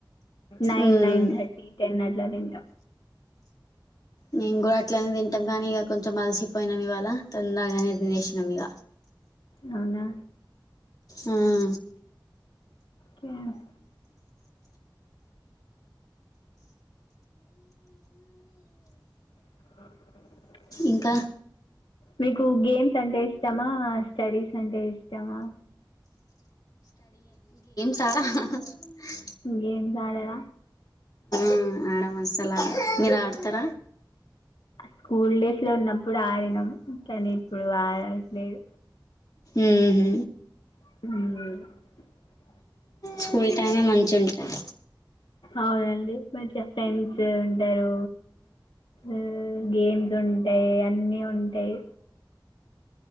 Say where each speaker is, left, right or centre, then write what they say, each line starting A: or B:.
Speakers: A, on the left; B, on the left.
A: నైన్
B: మ్మ్
A: నైన్ థర్టీ టెన్ అట్ దనింట
B: మేము కూడా అట్లనే తింటాం కాని ఇగ కొంచెం అలిసిపోయినాం ఇవాళ తొందరగానే తినేసినాం ఇగ
A: అవున
B: ఆ
A: <unintelligible> ఓకే ఆ <inaudible>
B: ఇంకా
A: మీకు గేమ్స్ అంటే ఇష్టమా స్టడీస్ అంటే ఇష్టమా
B: సా <unintelligible>
A: గేమ్స్ ఆడార
B: ఉ ఆడం అసల్ ఆడం మీరు ఆడతర
A: స్కూల్ డేస్ లో ఉన్నప్పుడు ఆడినాం కానీ ఇప్పుడు ఆడట్లేదు
B: ఉహు
A: మ్
B: స్కూల్ టైమే మంచి ఉంటాయి
A: అవునండి మంచి ఫ్రెండ్స్ ఉంటారు, ఉ గేమ్స్ ఉంటాయి అన్నీ ఉంటాయి